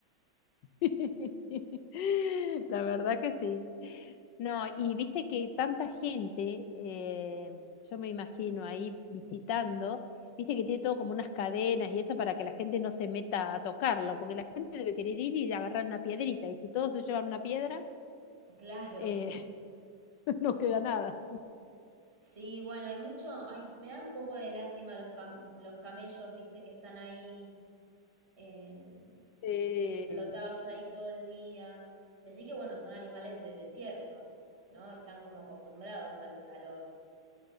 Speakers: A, on the left (about 70°); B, on the right (about 30°).
A: <laughs> La verdad que sí. No, y viste que tanta gente, eh, yo me imagino ahí visitando, viste que tiene todo como unas cadenas y eso para que la gente no se meta a tocarlo, porque la gente debe querer ir y agarrar una piedrita, y si todos se llevan una piedra,
B: Claro.
A: eh, <laughs> no queda nada.
B: Sí, bueno, hay mucho, hay, me dan un poco de lástima los cam- los camellos, viste, que están ahí eh,
A: Sí,
B: explotados ahí todo el día. Decir que, bueno, son animales de desierto, ¿no? Están como acostumbrados al calor.